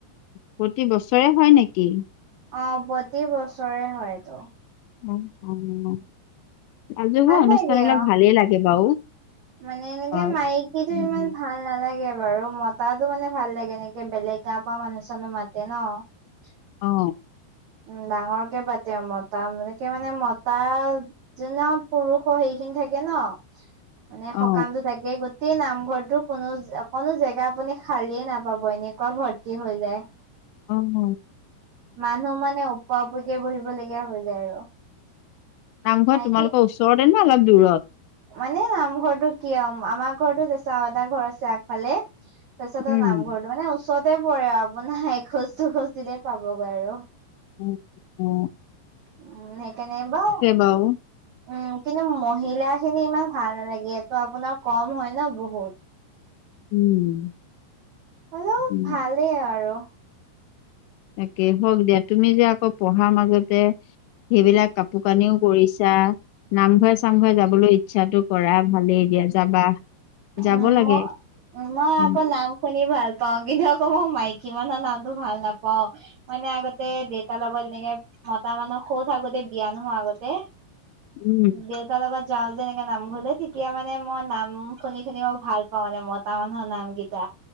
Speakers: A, on the left; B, on the right.
A: প্ৰতি বছৰে হয় নেকি
B: অ প্ৰতি বছৰে হয়তো
A: ৰাজহুৱা
B: ভাল
A: অনুষ্ঠান
B: লাগে
A: বিলাক
B: অ
A: ভালেই লাগে বাৰু
B: মানে এনেকে
A: হয়
B: মাইকীটো
A: উম,
B: ইমান ভাল নালাগে বাৰু মতা মানে ভাল লাগে এনেকে বেলেগ গাওঁ পা মানুহ চানো মাতে ন <unintelligible>
A: অ
B: উম ডাঙৰ কে পাতে মতা মানকে মানে মতা যোন নখন পুৰুষ সেইখিনি থাকে ন মানে
A: অ
B: সকামতো তাকে গোটেই নামঘৰটো কোনো কোনো জেগা আপুনি খালিয়ে নাপাব এনেকোৱা ভৰ্তি হৈ যায় <unintelligible>
A: অ হ
B: মানুহ মানে অপ অপৰিকে বহিব লগীয়া হৈ যায় আৰু <unintelligible>
A: নামঘৰত
B: মাইকী
A: তোমালোকৰ ওচৰতে ন অলপ দূৰত <unintelligible>
B: মানে নামঘৰটো কি হ আমাৰ ঘৰটো তে আও এটা ঘৰ আছে আগফালে <unintelligible> তাৰপাচত
A: উম
B: নামঘৰ টো মানে <unintelligible> ওচৰতে পৰে আপোনাৰ এ খোজ দু খোজ দিলেই পাবগৈ আৰু
A: উম উম
B: উম সেইকাৰণে বা উম
A: বাৰু
B: কিন্তু মহিলা খিনি ইমান ভাল নালাগে এইটো আপোনাৰ কম হয় ন বহুত <unintelligible>
A: উম
B: অলপ
A: উম
B: ভালেই আৰু
A: তাকে হওক দিয়া তুমি যে আকৌ পঢ়াৰ মাজতে সেইবিলাক কাপোৰ কানিও কৰিছা নামঘৰে চামঘৰে যাবলৈ ইচ্ছাটো কৰা ভালেই দিয়া যাবা যাব
B: উম
A: লাগে
B: ম উ মই
A: উম
B: আকৌ নাম শুনি ভাল পাওঁ কি ধক ক মই মাইকী মানুহৰ নামতটো ভাল নাপাও মানে আগতে দেউতাৰ লগত এনেকে মতা মানুহ কৌত আগোতে বিয়া নহয় আগতে
A: উম,
B: <unintelligible> দেউতাৰ লগত যাও যে এনেকে নামঘলে তেতিয়া মানে মই নাম <unintelligible> শুনি শুনি মই ভাল পাওঁ মানে মতা মানুহৰ নাম কেইতা